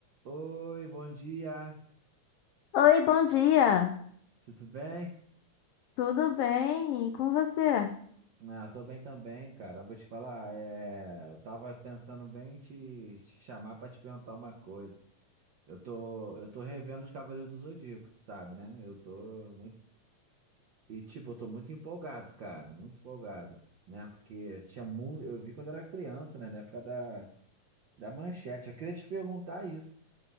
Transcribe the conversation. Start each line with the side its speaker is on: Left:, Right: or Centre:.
Right: Oi, bom dia,
Left: Oi, bom dia.
Right: tudo bem?
Left: Tudo bem? E com você?
Right: Ah, tô bem também, cara. Eu vou te falar, é... eu tava pensando bem em te, te chamar pra te perguntar uma coisa. Eu tô, eu tô revendo os Cavaleiros do Zodíaco, tu sabe, né? Eu tô muito. E, tipo, eu tô muito empolgado, cara, muito empolgado, né? Porque tinha muito. Eu vi quando era criança, né? Na época da, da Manchete. Eu queria te perguntar isso,